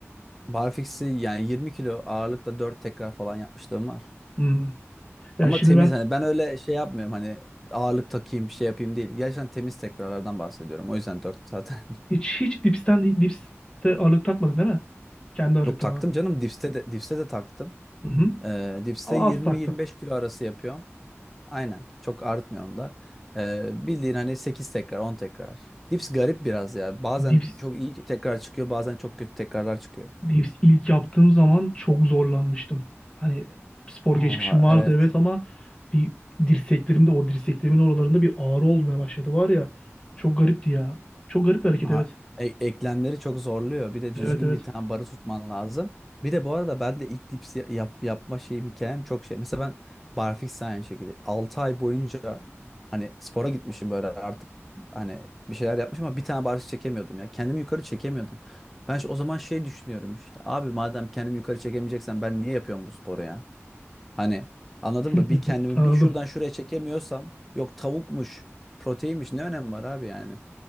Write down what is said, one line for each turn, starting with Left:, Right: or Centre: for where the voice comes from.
Centre: Barfix'i yani 20 kilo ağırlıkla 4 tekrar falan yapmışlığım var.
Left: Hmm. Ya
Centre: Ama
Left: şimdi
Centre: temiz
Left: ben
Centre: hani ben öyle şey yapmıyorum hani ağırlık takayım bir şey yapayım değil. Gerçekten temiz tekrarlardan bahsediyorum. O yüzden 4 zaten.
Left: hiç hiç dipsten dipste ağırlık takmadın değil mi? Kendi
Centre: <laughs>
Left: ağırlık
Centre: Yok
Left: tamamen.
Centre: taktım canım dipste de, dipste de taktım.
Left: Hı hı.
Centre: Ee, dipste
Left: Ama
Centre: 20-25
Left: az taktım.
Centre: kilo arası yapıyorum. Aynen çok artmıyorum da. Ee, bildiğin hani 8 tekrar 10 tekrar. Dips garip biraz ya. Bazen
Left: Dips,
Centre: çok iyi tekrar çıkıyor bazen çok kötü tekrarlar çıkıyor.
Left: dips ilk yaptığım zaman çok zorlanmıştım. Hani spor
Centre: Aa
Left: geçmişim vardı
Centre: evet.
Left: evet ama bir dirseklerimde o dirseklerimin oralarında bir ağrı olmaya başladı var ya. Çok garipti ya. Çok garip bir hareket
Centre: Ha,
Left: evet.
Centre: e- eklemleri çok zorluyor. Bir de
Left: Evet
Centre: düzgün
Left: evet.
Centre: bir tane barı tutman lazım. Bir de bu arada ben de ilk dips ya- yap, yapma şeyim hikayem çok şey. Mesela ben barfiks de aynı şekilde 6 ay boyunca hani spora gitmişim böyle artık hani bir şeyler yapmışım ama bir tane barfiks çekemiyordum ya. Kendimi yukarı çekemiyordum. Ben şu- o zaman şey düşünüyorum işte. Abi madem kendimi yukarı çekemeyeceksen ben niye yapıyorum bu sporu ya? Hani anladın
Left: <laughs>
Centre: mı? Bir kendimi
Left: Anladım.
Centre: bir şuradan şuraya çekemiyorsam yok tavukmuş, proteinmiş ne önemi var abi yani?